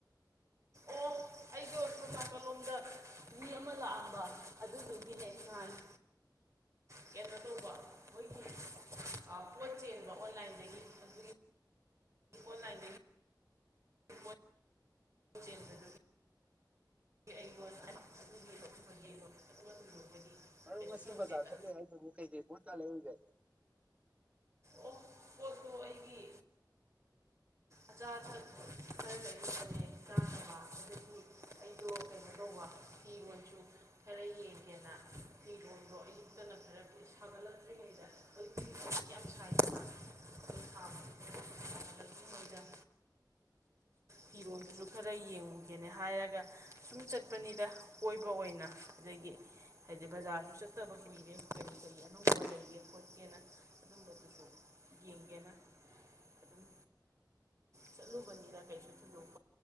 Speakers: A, on the right; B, on the right.
A: ꯑꯣ ꯑꯩꯗꯣ ꯁꯣꯝ ꯅꯥꯀꯜꯂꯣꯝꯗ ꯃꯤ ꯑꯃ ꯂꯥꯛꯑꯝꯕ ꯑꯗꯨꯗꯨꯒꯤꯅꯦ ꯅꯥꯍꯅ ꯀꯩꯅꯣ ꯇꯧꯕ ꯃꯣꯏꯒꯤ ꯑ ꯄꯣꯠ ꯆꯦꯟꯕ ꯑꯣꯟꯂꯥꯏꯟꯗꯒꯤ ꯑꯗꯨꯒꯤ ꯑꯣꯟꯂꯥꯏꯟꯗꯒꯤ ꯄꯣꯠ ꯆꯦꯟꯕꯗꯨ ꯑꯩꯉꯣꯟ ꯑꯗꯨꯒꯤ ꯂꯧꯈꯤꯕꯒꯤ ꯄꯣꯠ ꯍꯨꯟꯗꯣꯛꯄꯒꯤ
B: ꯑꯗ‌ꯣ
A: ꯀꯩꯁꯨ
B: ꯉꯁꯤ
A: ꯇꯧꯗꯦꯗ
B: ꯕꯖꯥꯔ ꯆꯠꯂꯨꯏ ꯍꯥꯏꯗꯨꯕꯨ ꯀꯩꯀꯩ ꯄ‌ꯣꯠ ꯀ ꯂꯩꯔꯨꯒ‌ꯦ
A: ꯑꯣ ꯄꯣꯠꯇꯣ ꯑꯩꯒꯤ ꯑꯆꯥ ꯑꯊꯛ ꯈꯔ ꯂꯩꯔꯨꯕꯅꯦ ꯆꯥꯅꯕ ꯑꯗꯒꯤ ꯑꯩꯗꯣ ꯀꯩꯅꯣ ꯇꯧꯕ ꯐꯤꯔꯣꯟꯁꯨ ꯈꯔ ꯌꯦꯡꯒꯦꯅ ꯐꯤꯔꯣꯟꯗꯣ ꯑꯌꯨꯛꯇꯅ ꯈꯔ ꯁꯥꯒꯠꯂꯛꯇ꯭ꯔꯤꯉꯩꯗ ꯑꯩꯈꯣꯏ ꯐꯤꯁꯤ ꯌꯥꯝ ꯁꯥꯏꯗꯅ ꯑꯩꯈꯣꯏ ꯁꯥꯕ ꯁꯥꯒꯠꯂꯛꯇ꯭ꯔꯤꯉꯩꯗ ꯐꯤꯔꯣꯜꯗꯨꯁꯨ ꯈꯔ ꯌꯦꯡꯉꯨꯒꯦꯅ ꯍꯥꯏꯔꯒ ꯁꯨꯝ ꯆꯠꯄꯅꯤꯗ ꯀꯣꯏꯕ ꯑꯣꯏꯅ ꯑꯗꯒꯤ ꯍꯥꯏꯗꯤ ꯕꯖꯥꯔꯁꯨ ꯆꯠꯇꯕ ꯀꯨꯏꯔꯦ ꯀꯔꯤ ꯀꯔꯤ ꯑꯅꯧꯕ ꯂꯩꯒꯦ ꯈꯣꯠꯀꯦꯅ ꯑꯗꯨꯝꯕꯗꯨꯁꯨ ꯌꯦꯡꯒꯦꯅ ꯑꯗꯨꯝ ꯆꯠꯂꯨꯕꯅꯤꯗ ꯀꯩꯁꯨ ꯊ‌ꯣꯏꯗ‌ꯣ